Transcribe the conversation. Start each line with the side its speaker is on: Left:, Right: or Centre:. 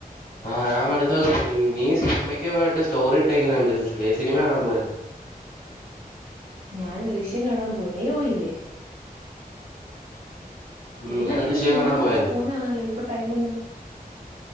Left: ആഹ് ഞാൻ പഠിത്തം ഒക്കെ കഴിഞ്ഞു. നീ സിനിമയ്ക്ക് പോയിട്ട് സ്റ്റോറി ഇട്ടേക്കുന്ന കണ്ട്, ഏതു സിനിമയാകാണാൻ പോയത്.
Right: ഞാൻ ദൃശ്യം കാണാൻ പോയി. നീ പോയില്ലേ
Left: ഉം
Right: നീ
Left: ഞാനും
Right: മറ്റേത്
Left: ദൃശ്യം
Right: സിനിമയ്ക്കൊക്കെ
Left: കാണാൻ പോയാരുന്നു
Right: പോവുന്നതാണല്ലോ ഇപ്പൊ ടൈം എങ്ങനെ